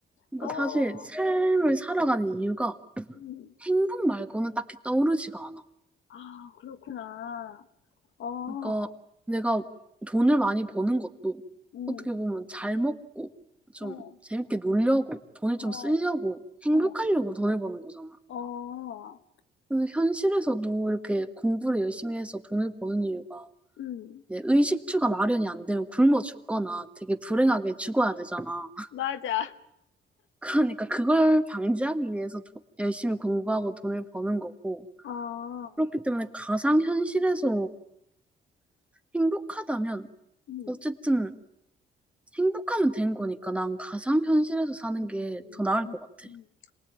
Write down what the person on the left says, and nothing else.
어,
음,
아, 그렇구나. 어, 어,
음,
어,
어,
어,
어,
음,
맞아.
어,
음,
음,
음,
음.
음.